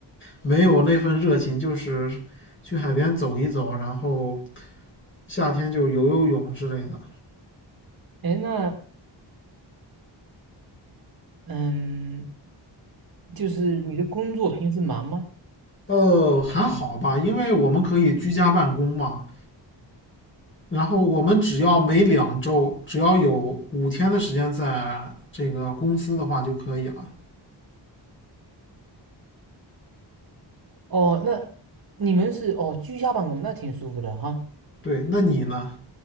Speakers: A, on the left (about 25°); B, on the right (about 50°).
A: 没有那份热情，就是去海边走一走，然后夏天就游游泳之类的。
B: 哎，诶那嗯，就是你的工作平时忙吗？
A: 哦，还好吧，因为我们可以居家办公嘛。然后我们只要每两周，只要有五天的时间在这个公司的话就可以了。
B: 哦，那你们是哦居家办公，那挺舒服的哈。
A: 对，那你呢？